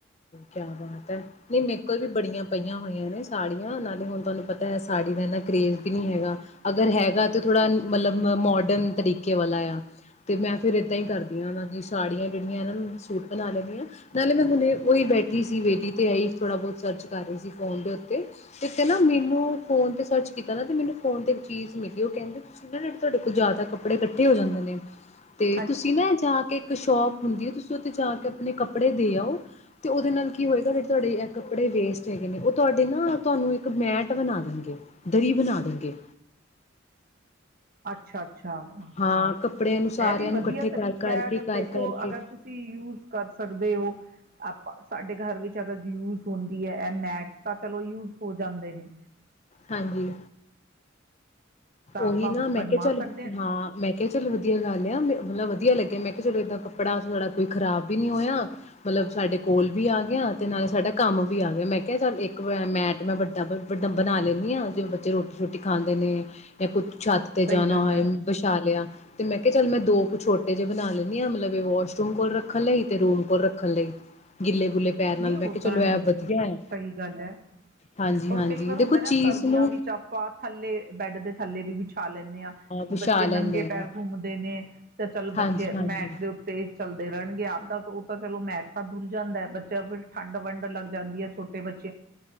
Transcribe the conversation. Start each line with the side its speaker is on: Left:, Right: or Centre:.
Left: ਕਯਾ ਬਾਤ ਹੈ, ਨਹੀਂ ਮੇਰੇ ਕੋਲ ਵੀ ਬੜੀਆਂ ਪਈਆਂ ਹੋਈਆਂ ਨੇ ਸਾੜੀਆਂ, ਨਾਲੇ ਹੁਣ ਤੁਹਾਨੂੰ ਪਤਾ ਹੈ ਸਾੜੀ ਦਾ ਇੰਨਾ ਕਰੇਜ਼ ਵੀ ਨਹੀਂ ਹੈਗਾ। ਅਗਰ ਹੈਗਾ ਤੇ ਥੋੜਾ ਮਤਲਬ ਮੋਡਰਨ ਤਰੀਕੇ ਵਾਲਾ ਆ। ਤੇ ਮੈਂ ਫਿਰ ਏਦਾਂ ਹੀ ਕਰਦੀ ਹਾਂ, ਉਹਨਾਂ ਦੀ ਸਾੜੀਆਂ ਜਿਹੜੀਆਂ ਨਾ, ਸੂਟ ਬਣਾ ਲੈਂਣੀ ਆ, ਨਾਲੇ ਮੈਂ ਹੁਣੇ ਉਹੀ ਬੈਠੀ ਸੀ ਵੇਹਲੀ ਤੇ ਏਹੀ ਥੋੜ੍ਹਾ ਬਹੁਤ ਸਰਚ ਕਰ ਰਹੀ ਸੀ। ਫੋਨ ਦੇ ਉੱਤੇ ਤੇ-ਤੇ ਨਾ ਮੇਮੋ ਫੋਨ ਤੇ ਸਰਚ ਕੀਤਾਦਾ, ਤੇ ਮੈਨੂੰ ਫੋਨ ਤੇ ਇੱਕ ਚੀਜ਼ ਮਿਲੀ, ਉਹ ਕਹਿੰਦੇ ਤੁਸੀਂ ਨਾ ਜੇਹੜੇ ਤੁਹਾਡੇ ਕੋਲ ਜਿਆਦਾ ਕੱਪੜੇ ਇਕੱਠੇ ਹੋ ਜਾਂਦੇ ਨੇ ਤੇ
Right: ਹਾਂਜੀ ਹਾਂਜੀ ਨਾ ਜਾਂ ਇੱਕ ਸ਼ੋਪ ਜਾਂ ਕੱਪੜੇ ਦੇ ਲਓ ਉਹਦੇ ਨਾਲ ਕੀ ਹੋਵੇਗਾ ਤੁਹਾਡੇ ਨਾ ਕੱਪੜੇ ਵੇਚ ਤੁਹਾਨੂੰ ਨਾ ਤੁਹਾਨੂੰ ਬੈਗ ਵੀ ਮਿਲਦਾ ਬੋਰੀ ਵੀ ਮਿਲਦਾ
Left: ਤੁਸੀਂ ਨਾ ਜਾ ਕੇ ਇੱਕ ਸ਼ੋਪ ਹੁੰਦੀ ਹੈ, ਤੁਸੀਂ ਉੱਥੇ ਜਾ ਕੇ ਆਪਣੇ ਕੱਪੜੇ ਦੇ ਆਉ। ਤੇ ਉਹਦੇ ਨਾਲ ਕੀ ਹੋਏਗਾ? ਜਿਹੜੇ ਤੁਹਾਡੇ ਏਹ ਕੱਪੜੇ ਵੇਸਟ ਹੈਗੇ ਨੇ, ਉਹ ਤੁਹਾਡੇ ਨਾ ਤੁਹਾਨੂੰ ਇੱਕ ਮੈਟ ਬਣਾ ਦੇਣਗੇ, ਦਰੀ ਬਣਾ ਦੇਣਗੇ।
Right: ਅੱਛ ਅੱਛਾ-ਅੱਛਾ,
Left: ਹਾਂ ਕੱਪੜਿਆਂ ਨੂੰ ਸਾਰਿਆਂ
Right: ਇਹ ਵੀ ਵਧੀਆ
Left: ਨੂੰ ਇਕੱਠੇ
Right: ਤਰੀਕਾ
Left: ਕਰ ਕਰਕੇ
Right: ਹੈ, ਅਗਰ
Left: ਕਰ
Right: ਦੇਖੋ
Left: ਕਰਕੇ
Right: ਅਗਰ ਤੁਸੀਂ ਯੂਜ਼ ਕਰ ਸਕਦੇ ਹੋ, ਆਪਾਂ ਸਾਡੇ ਘਰ ਵਿੱਚ ਅਗਰ ਯੂਜ਼ ਹੁੰਦੀ ਹੈ ਇਹ ਮੈਟ, ਤਾਂ ਚਲੋ ਯੂਜ ਹੋ ਜਾਂਦੇ ਨੇ
Left: ਹਾਂਜੀ।
Right: ਤਾਂ ਆਪਾਂ
Left: ਉਹੀ ਨਾ ਮੈਂ
Right: ਬਣਵਾ
Left: ਕਿਹਾ ਚੱਲ,
Right: ਸਕਦੇ
Left: ਹਾਂ, ਮੈਂ ਕਿਹਾ ਚੱਲ ਵਧੀਆ ਗੱਲ ਆ ਮਤਲਬ ਵਧੀਆ ਲੱਗਿਆ, ਮੈਂ ਕਿਹਾ ਚਲੋ ਏਦਾਂ ਕੱਪੜਾ ਥੋੜਾ ਕੋਈ ਖਰਾਬ ਵੀ ਨੀ ਹੋਇਆ, ਮਤਲਬ ਸਾਡੇ ਕੋਲ ਵੀ ਆ ਗਿਆ ਤੇ ਨਾਲੇ ਸਾਡਾ ਕੰਮ ਵੀ ਆ ਗਿਆ, ਮੈਂ ਕਿਹਾ ਚੱਲ ਇੱਕ ਵੇ ਮੈਂ ਤੇ ਮੈਂ ਵਡਾ ਬ ਵਡਮ ਬਣਾ ਲੈਂਣੀ ਹਾਂ, ਜਿਵੇਂ ਬੱਚੇ ਰੋਟੀ ਰੂਟੀ ਖਾਂਦੇ ਨੇ <unintelligible> ਛੱਤ ਤੇ ਜਾਣਾ
Right: ਸਹੀ ਗੱਲ
Left: ਹੋਏ,
Right: ਹੈ।
Left: ਬਿਛਾ ਲਿਆ ਤੇ ਮੈਂ ਕਿਹਾ ਚੱਲ ਮੈਂ ਦੋ ਕੁ ਛੋਟੇ ਜਿਹੇ ਬਣਾ ਲੈਂਣੀ ਹਾਂ, ਮਤਲਬ ਇਕ ਵਾਸ਼ਰੂਮ ਕੋਲ ਰੱਖਣ ਲਈ ਤੇ ਰੂਮ ਕੋਲ ਰੱਖਣ ਲਈ, ਗਿੱਲੇ ਗੁੱਲੇ ਪੈਰ ਨਾਲ
Right: ਨਹੀਂ
Left: ਮੈਂ
Right: ਉਹ
Left: ਕਿਹਾ
Right: ਤਾਂ
Left: ਚਲੋ ਇਹ
Right: ਹੈ,
Left: ਵਧੀਆ ਹੈ
Right: ਸਹੀ ਗੱਲ ਹੈ,
Left: ਹਾਂਜੀ
Right: ਔਰ
Left: ਹਾਂਜੀ
Right: ਕਈ ਵਾਰ ਹੁੰਦਾ
Left: ਦੇਖੋ
Right: ਏ ਨਾ
Left: ਚੀਜ਼
Right: ਸਰਦੀਆਂ
Left: ਨੂੰ
Right: ਵਿੱਚ ਆਪਾਂ ਥੱਲੇ ਬੈਡ ਦੇ ਥੱਲੇ ਇਹਦੇ ਵਿੱਚ ਤਲ ਲੈਂਣੇ ਹਾਂ, ਕਿ
Left: ਵਿਛਾ
Right: ਬੱਚੇ
Left: ਲੈਂਦੇ
Right: ਨੰਗੇ ਪੈਰ
Left: ਹਾਂ
Right: ਘੁੰਮਦੇ ਨੇ, ਤਾਂ ਚੱਲ
Left: ਹਾਂਜੀ
Right: ਬੱਚੇ
Left: ਹਾਂਜੀ
Right: ਮੈਟ ਦੇ ਉੱਤੇ ਚੱਲਦੇ ਰਹਿਣਗੇ, ਆਪਦਾ ਉਹ ਤਾਂ ਚਲੋ ਮੈਟ ਸਬ ਭੁੱਲ ਜਾਂਦਾ ਹੈ ਬੱਚੇ ਜਾਂ ਫਿਰ ਠੰਡ ਵੰਡ ਲੱਗ ਜਾਂਦੀ ਹੈ ਛੋਟੇ ਬੱਚੇ